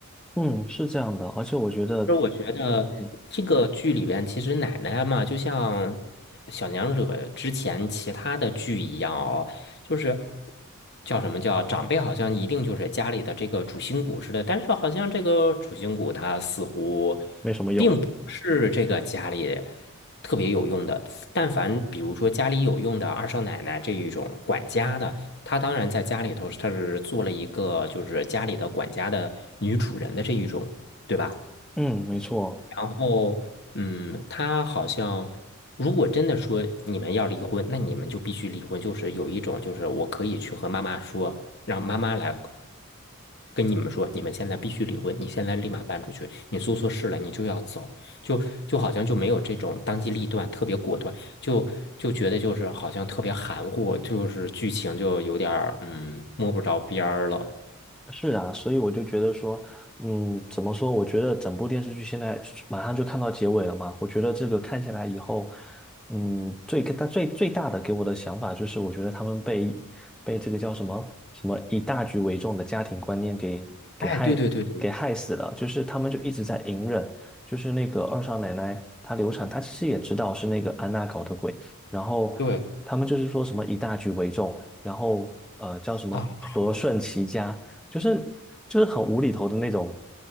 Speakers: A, in the centre; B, on the left (about 50°).
A: 嗯，是这样的，而且我觉得
B: 觉得这个剧里边，
A: 嗯
B: 其实奶奶嘛，就像小娘惹之前其他的剧一样哦，就是叫什么叫长辈，好像一定就是家里的这个主心骨似的，但是好像这个主心骨他似乎
A: 没什么用，
B: 并不是这个家里特别有用的。但凡比如说家里有用的二少奶奶这一种管家的。她当然在家里头，她是做了一个就是家里的管家的女主人的这一种，对吧？
A: 嗯，没错。
B: 然后，嗯，他好像，如果真的说你们要离婚，那你们就必须离婚。就是有一种，就是我可以去和妈妈说，让妈妈来跟你们说，你们现在必须离婚，你现在立马搬出去，你做错事了，你就要走。就就好像就没有这种当机立断、特别果断，就就觉得就是好像特别含糊，就是剧情就有点儿嗯摸不着边儿了。
A: 是啊，所以我就觉得说，嗯，怎么说？我觉得整部电视剧现在马上就看到结尾了嘛。我觉得这个看下来以后，嗯，最大最最大的给我的想法就是，我觉得他们被被这个叫什么什么以大局为重的家庭观念给给害给害死了。
B: 哎，对对对对
A: 就是他们就一直在隐忍，就是那个二少奶奶她流产，她其实也知道是那个安娜搞的鬼，然后他们就是说什么以大局为重，
B: 对
A: 然后呃叫什么和顺齐家。
B: 啊，是的，
A: 就是就是很无厘头的那种